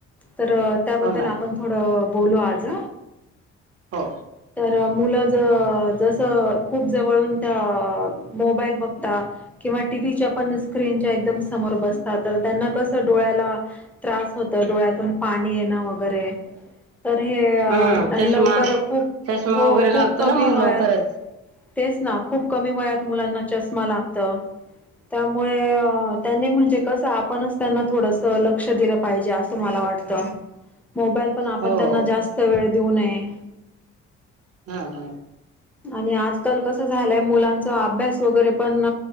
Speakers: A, in the centre; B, on the right.
A: तर
B: हो
A: त्याबद्दल
B: ना
A: आपण थोडं बोलू आज
B: हो
A: तर मूल ज जसं खूप जवळून त्या मोबाईल बघतात किंवा टीव्हीच्या पण स्क्रीनच्या एकदम समोर बसत तर त्यांना कस डोळ्याला त्रास होत डोळ्यातून पाणी येणं वगैरे तर हे
B: हम्म चष्मा
A: लवकर खूप
B: चष्मा
A: हो
B: वगैरे
A: खूप
B: लागतो
A: कमी
B: ना मग
A: वयात
B: लवकरच
A: तेच ना खूप कमी वयात मुलांना चष्मा लागतं त्यामुळे अ त्यांनी म्हणजे कस आपणच त्यांना थोडस लक्ष दिलं पाहिजे असं मला वाटतं. मोबाईल पण आपण
B: हो
A: त्यांना जास्त वेळ देऊ नये.
B: हा हा
A: आणि आजकाल कसं झालंय मुलांचा अभ्यास वगैरे पण